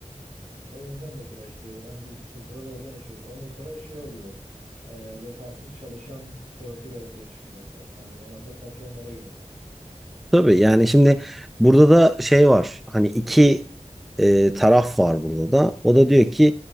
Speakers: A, on the right (about 75°); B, in the centre.
A: o yönden mesela işte en büyük sıkıntıları oradan yaşıyoruz. Ondan sonra şey oluyor. e, vefasız çalışan profili ortaya çıkıyor. Yani en azından patronlara göre.
B: Tabii yani şimdi burada da şey var. Hani iki e, taraf var burada da. O da diyor ki